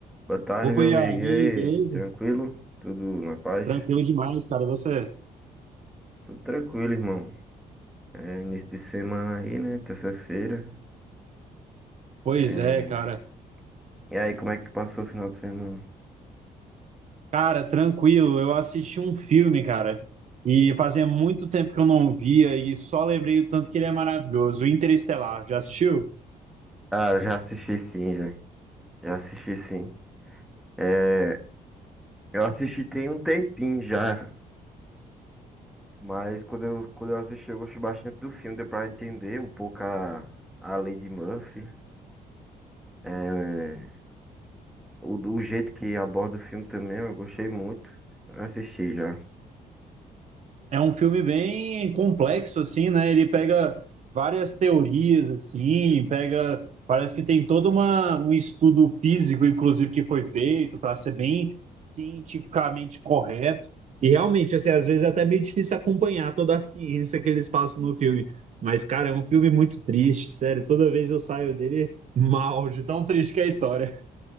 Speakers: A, in the centre; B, on the right.
A: Boa tarde,
B: Opa,
A: meu
B: Iago,
A: amigo.
B: e aí,
A: E aí,
B: beleza?
A: tranquilo? Tudo na paz?
B: Tranquilo demais, cara, você?
A: Tudo tranquilo, irmão. É início de semana aí, né? Terça-feira.
B: Pois
A: É...
B: é, cara.
A: E aí, como é que passou o final de semana?
B: Cara, tranquilo, eu assisti um filme, cara, e fazia muito tempo que eu não via e só lembrei o tanto que ele é maravilhoso, Interestelar, já assistiu?
A: Cara, já assisti sim, já. Já assisti sim. É... Eu assisti tem um tempinho já. Mas quando eu, quando eu assisti, eu gostei bastante do filme. Deu pra entender um pouco a, a Lei de Murphy. É... O, o jeito que aborda o filme também, eu gostei muito. Eu assisti já.
B: É um filme bem complexo, assim, né? Ele pega várias teorias, assim, pega. Parece que tem todo uma, um estudo físico, inclusive, que foi feito para ser bem cientificamente correto. E realmente, assim, às vezes é até meio difícil acompanhar toda a ciência que eles passam no filme. Mas, cara, é um filme muito triste, sério. Toda vez eu saio dele <laughs> mal, de tão triste que é a história.